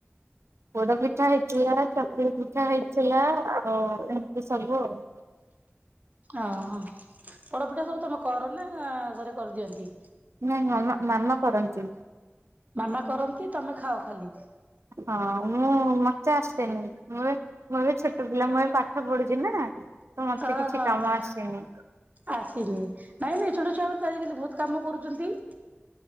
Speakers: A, on the right; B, on the right.
A: ପୋଡ ପିଠା ହେଇଥିଲା ଚକୁଳି ପିଠା ହେଇଥିଲା ଆଉ ଏମିତି ସବୁ ଆଉ।
B: ଓହୋ ପୋଡପିଠା ସବୁ ତମେ କର ନା ଘରେ କରିଦିଅନ୍ତି?
A: ନାଇଁ ମାମା ମାମା କରନ୍ତି।
B: ମାମା କରନ୍ତି ତମେ ଖାଅ ଖାଲି।
A: ହଁ ମୁଁ ମତେ ଆସିନି ମୁଁ ମୁଁ ଏବେ ଛୋଟ ପିଲା ମୁଁ ଏବେ ପାଠ ପଢୁଛି ନା ତ ମତେ
B: ଅ
A: କିଛି
B: ହଁ
A: କାମ
B: ହଁ।
A: ଆସେନି।
B: ଆସିନି ନାଇଁ ନାଇଁ ଛୋଟ ଛୁଆ ମାନେ ତ ଆଜିକାଲି ବହୁତ କାମ କରୁଛନ୍ତି।